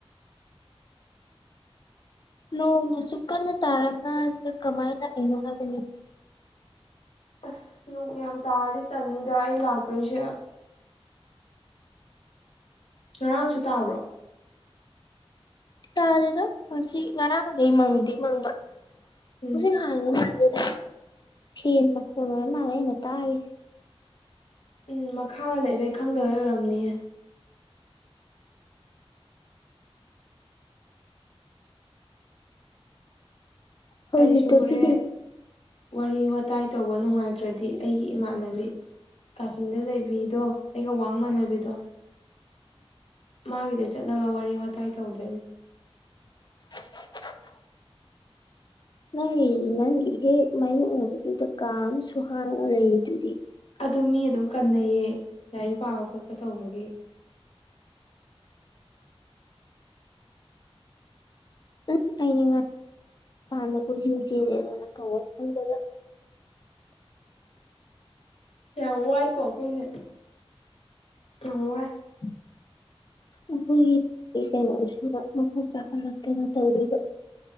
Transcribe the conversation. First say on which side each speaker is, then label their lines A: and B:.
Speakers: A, on the left (about 45°); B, on the left (about 75°).
A: ꯅꯣꯡꯅꯁꯨ ꯀꯟꯅ ꯇꯥꯔꯁꯗ ꯀꯃꯥꯏꯅ ꯂꯥꯛꯏꯅꯣ ꯍꯥꯏꯕꯅꯤ
B: ꯑꯁ ꯅꯅꯨꯡ ꯌꯥꯝ ꯇꯥꯔꯗꯤ ꯇꯟꯅꯤꯗ ꯑꯩ ꯂꯥꯛꯇꯣꯏꯁꯦ ꯉꯔꯥꯡꯁꯨ ꯇꯥꯕ꯭ꯔꯣ
A: ꯀꯥꯗꯨꯗ ꯄꯨꯟꯁꯤ ꯉꯔꯥꯡꯈꯩ ꯃꯪꯗꯦ ꯃꯪꯕ
B: ꯎꯝ
A: ꯄꯨꯡꯁꯤ ꯍꯥꯡꯉ ꯃꯥꯜꯦ ꯐꯦꯟ ꯃꯈꯣꯟ ꯑꯣꯏ ꯃꯥꯜꯂꯦ ꯑꯩꯅ ꯇꯥꯔꯤꯁꯦ
B: ꯎꯝ ꯃꯈꯥꯗ ꯂꯩꯕꯩ ꯈꯪꯗꯕꯩ ꯑꯣꯏꯔꯝꯅꯤꯌꯦ
A: ꯍꯧꯖꯤꯛꯇꯣ
B: ꯑꯩꯁꯨ ꯍꯣꯔꯦ
A: ꯁꯤꯒꯤ
B: ꯋꯥꯔꯤ ꯋꯥꯇꯥꯏ ꯇꯧꯕ ꯅꯨꯡꯉꯥꯏꯇ꯭ꯔꯗꯤ ꯑꯩꯒꯤ ꯏꯃꯥꯟꯅꯕꯤ ꯀꯥꯆꯤꯟꯗ ꯂꯩꯕꯤꯗꯣ ꯑꯩꯒ ꯋꯥꯡ ꯃꯥꯟꯅꯕꯤꯗꯣ ꯃꯥꯒꯤꯗ ꯆꯠꯂꯒ ꯋꯥꯔꯤ ꯋꯥꯇꯥꯏ ꯇꯧꯗꯣꯏꯅꯤ
A: <inaudible> ꯅꯪ ꯅꯪꯒꯤꯍꯦꯛ ꯃꯥꯏꯌꯣꯛꯅꯕꯗꯨꯗ ꯀꯥꯝꯁꯨ ꯍꯥꯡꯉ ꯂꯩ ꯑꯗꯨꯗꯤ
B: ꯑꯗꯨ ꯃꯤ ꯑꯗꯨꯝ ꯀꯟꯅꯩꯌꯦ ꯂꯥꯏꯔꯤꯛ ꯄꯥꯕ ꯈꯣꯠꯄ ꯇꯧꯕꯒꯤ
A: ꯎꯝ ꯑꯩꯅꯦ ꯉꯥꯏ ꯃꯄꯥꯟꯗ ꯀꯣꯏ ꯆꯦꯜ ꯆꯦꯜꯂꯦ ꯑꯗꯨ ꯅꯪ ꯇ ꯈꯐꯝꯗꯗ
B: ꯌꯥꯝ ꯋꯥꯏꯀꯣ ꯑꯩꯈꯣꯏꯁꯦ ꯌꯥꯝ ꯋꯥꯏ
A: ꯎꯝ ꯃꯈꯣꯏꯒꯤ ꯀꯩꯅꯣꯁꯤꯅ ꯃꯈꯣꯡ ꯆꯥꯈꯠꯂꯛꯇꯅ ꯇꯧꯔꯤꯕ